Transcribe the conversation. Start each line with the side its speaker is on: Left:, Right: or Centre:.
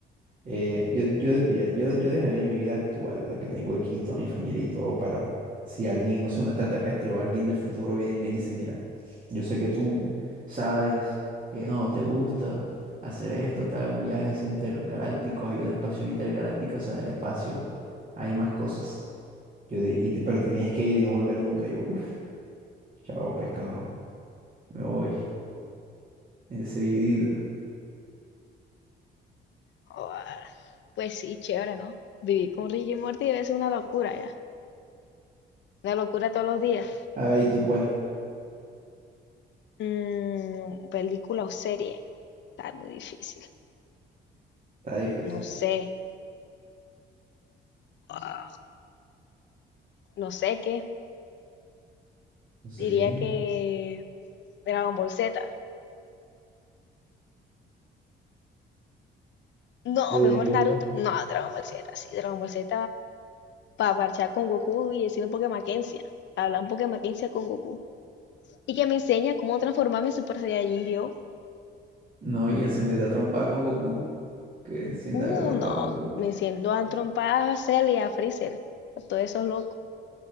Right: Eh, yo, yo, mira, yo, yo dejaría mi vida actual, la que tengo aquí, toda mi familia y todo, para si alguien, no sé, un extraterrestre o alguien del futuro viene y me dice, mira, yo sé que tú sabes, eh, no, te gusta hacer esto, tal, viajes intergalácticos, ayuda a espacio intergaláctica, o sea, en el espacio hay más cosas. Yo di- y te- pero te tienes que ir y no volver nunca. Yo, uff, chao, pescado, me voy enseguidita.
Left: joda, pues sí, chévere, ¿no? Vivir con Rick y Morty debe ser una locura ya, una locura todos los días.
Right: A ver, ¿y tú cuál?
Left: Mm, película o serie, está muy difícil.
Right: Está difícil.
Left: No sé, ah, no sé qué.
Right: No sé.
Left: Diría que Dragon Ball Z. No,
Right: Es
Left: mejor
Right: verdad.
Left: Naruto. No, Dragon Ball Z, sí, Dragon Ball Z para parchar con Goku y decir un Pokémon Quencia. Hablar un Pokémon Quencia con Goku. Y que me enseña cómo transformarme en Super Saiyajin Dios.
Right: No, y encendete a trompa con Goku. Que encienda
Left: Uh,
Right: a trompa
Left: no,
Right: con Goku.
Left: me siento a trompadas a Cell y a Freezer, a todos esos locos.